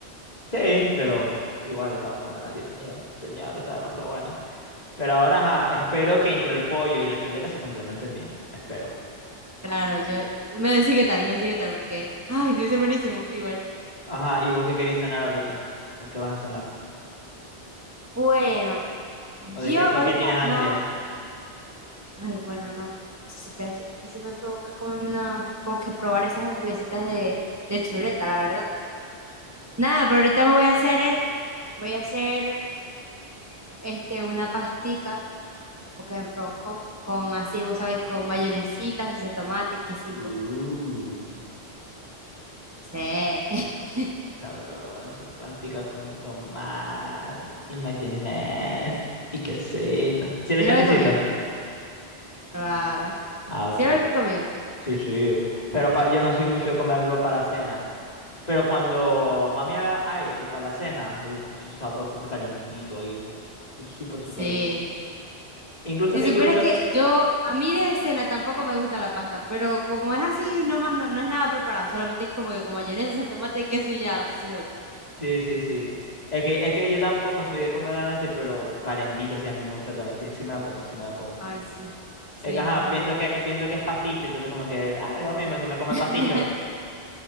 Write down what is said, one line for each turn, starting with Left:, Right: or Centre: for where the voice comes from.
Left: Sí, pero igual estaba muy buena. Dios mío, señor, está demasiado bueno. Pero ahora, ajá, espero que entre el pollo y la chuleta se complementen bien. Espero.
Right: Claro, yo me decís qué tal, me decís qué tal, porque, ay, debe ser buenísimo, igual.
Left: Ajá, ¿y vos qué querés cenar ahorita? ¿O qué vas a cenar?
Right: Bueno, yo
Left: ¿O de qué, o
Right: ahorita
Left: qué tienes ansias?
Right: no. Ay, bueno, no. Espera Pero que sí me provoca comerme una. Como que probar esas hamburguesitas de, de chuleta, la verdad. Nada, pero ahorita me voy a hacer. es- Voy a hacer este, una pastica, porque me provocó. Con así, vos sabés, con mayonesita, salsa de tomate, quesito.
Left: Uh,
Right: Sí. <laughs>
Left: sabroso, pastica con tomate y mayonesa y quesito. ¿Sí
Right: ¿Sí
Left: le echas
Right: lo
Left: quesito?
Right: he comido? Claro.
Left: Ah,
Right: ¿Sí
Left: ok.
Right: lo he comido?
Left: Sí, sí. Pero pa- yo no soy mucho de comerlo para la cena. Pero cuando mami ha, ha hecho para la cena, uff, eso es sabroso, calentito ahí, uff, es súper, súper
Right: Sí.
Left: rico. Incluso,
Right: Si
Left: incluso,
Right: supieras que yo, a mí de cena tampoco me gusta la pasta, pero como es así, no más, no, no es nada preparado, solamente es como que como mayonesa, o sea, tomate y queso y ya, o sea, sí me gusta.
Left: Sí, sí, sí. Es que, es que yo tampoco soy de comer a la noche, pero calentita, sí, a mí me gusta también. Sí, sí me la como, sí me la como.
Right: Ay, sí, sí,
Left: Es que, ajá,
Right: la
Left: pienso
Right: verdad.
Left: que, eh, pienso que es pasticho, entonces como que, ah, lo mismo, si me come
Right: <laughs>
Left: pasticho,